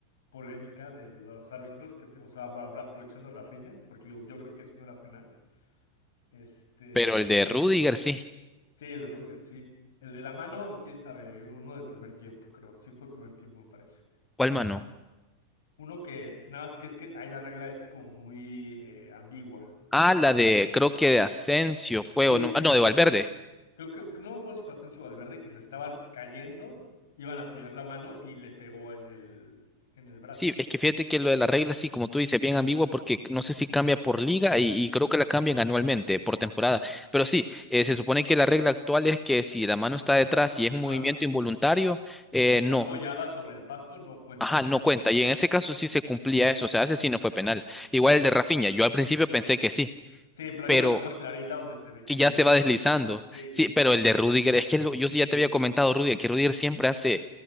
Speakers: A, on the left; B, in the centre.
A: polémica de los árbitros, que te- o sea, va- va aprovechando a Rafinha, porque yo, yo creo que eso no era penal. Este,
B: Pero el de
A: tú,
B: Rudiger sí.
A: sí, el de Rudiger, sí. El de la mano, quién sabe, uno del primer tiempo, creo. Sí fue el primer tiempo, me parece.
B: ¿Cuál mano?
A: Uno que, nada más que es que ahí la regla es como muy eh, ambigua.
B: Ah, la
A: El
B: de,
A: senti-
B: creo que de Asensio
A: eh,
B: fue,
A: sí,
B: o no,
A: que,
B: ah,
A: es-
B: no, de
A: que
B: Valverde.
A: es- Creo que no me acuerdo si fue Asensio o Valverde que se estaban cayendo, iban a apoyar la mano y le pegó en el, en el brazo.
B: Sí, es que fíjate que lo de la regla, sí, como tú dices, bien ambigua porque no sé si cambia por liga y, y creo que la cambian anualmente, por temporada. Pero sí, eh, se supone que la regla actual es que si la mano está detrás y
A: Ajá.
B: es un movimiento involuntario, eh,
A: Si está
B: no,
A: apoyada sobre el pasto, no cuenta
B: ajá,
A: como
B: no cuenta.
A: mano,
B: Y
A: ¿no?
B: en ese caso sí se cumplía eso, o sea, ese sí no fue penal. Igual el de Rafinha, yo al principio pensé que sí,
A: Sí, pero
B: pero
A: hay una toma clarita donde se ve que
B: que
A: ni
B: ya
A: lo
B: se va
A: toca,
B: deslizando.
A: ¿no? Sí, sí,
B: Sí,
A: sí.
B: pero el de Rudiger, es que lo- yo sí
A: Sí,
B: ya te había
A: sí,
B: comentado,
A: sí.
B: Rudiger, que Rudiger siempre hace